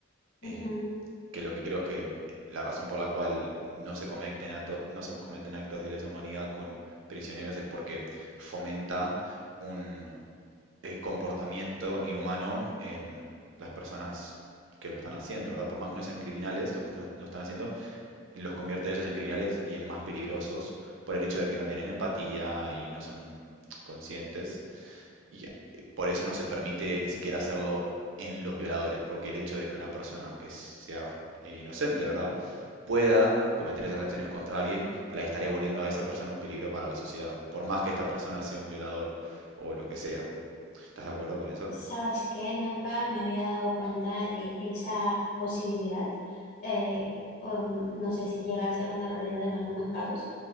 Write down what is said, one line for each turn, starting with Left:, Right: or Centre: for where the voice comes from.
Left: Ujú.
Right: eh, que lo que creo es que la razón por la cual no se cometen acto- no se cometen actos de lesa humanidad con prisioneros es porque fomenta un, eh, comportamiento inhumano en las personas que lo están haciendo, ¿verdad? Por más que no sean criminales, los que lo están haciendo, los convierte a ellos en criminales y en más peligrosos por el hecho de que no tienen empatía y no son conscientes. Y eh, por eso no se permite ni siquiera hacerlo en los violadores, porque el hecho de que una persona que sea eh, inocente, ¿verdad? pueda cometer esas acciones contra alguien, la estaría volviendo a esa persona un peligro para la sociedad, por más que esta persona sea un violador o lo que sea. ¿Estás de acuerdo con eso?
Left: ¿Sabes qué? Nunca me había dado cuenta de esa posibilidad. Eh, um, no sé si llega a ser una realidad en algunos casos,